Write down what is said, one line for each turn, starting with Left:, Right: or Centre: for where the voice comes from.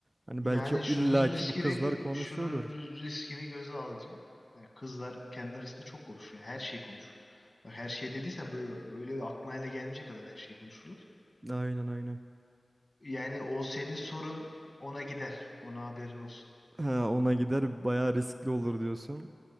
Right: Hani
Left: Yani
Right: belki o-
Left: şunun
Right: illaki
Left: riskini
Right: bu kızlar
Left: gö-
Right: konuşuyordur.
Left: şunun ri- riskini göze alacaksın. Yani kızlar kendi arasında çok konuşuyor. Her şeyi konuşur. Bak her şey dediysen böyle öyle bir aklına hele gelmeyecek kadar her şeyi konuşurlar.
Right: Aynen aynen.
Left: Yani o senin sorun ona gider. Ona haberin olsun.
Right: Ha, ona gider bayağı riskli olur diyorsun.